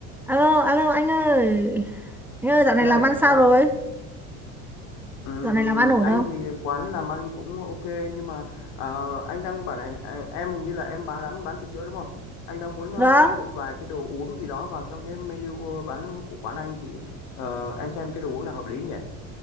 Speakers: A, in the centre; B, on the left (about 70°).
A: Alo, alo anh ơi. Anh ơi, dạo này
B: Đây,
A: làm ăn sao
B: sao?
A: rồi?
B: Ừm,
A: Dạo này làm ăn ổn
B: anh
A: không?
B: thì quán làm ăn cũng ok nhưng mà ờ, anh đang bảo này à, em hình như là em bán lắm bán trà sữa đúng không? Anh đang muốn ờ,
A: Vâng,
B: thêm một vài cái đồ uống gì đó vào trong cái menu ờ, bán của quán anh thì ờ, em xem cái đồ uống nào hợp lý nhỉ?